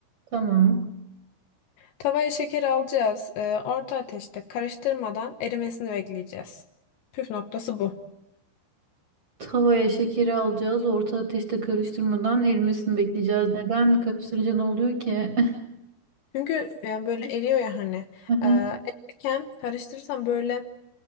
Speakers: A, on the right (about 40°); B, on the left (about 70°).
A: Tamam.
B: Tavaya şeker alacağız. Ee, orta ateşte karıştırmadan erimesini bekleyeceğiz. Püf noktası bu.
A: Tavaya şekeri alacağız. Orta ateşte karıştırmadan erimesini bekleyeceğiz. Neden karıştırınca ne oluyor ki? <laughs>
B: Çünkü yani böyle eriyor ya hani.
A: Aha.
B: Ee, erirken karıştırırsan böyle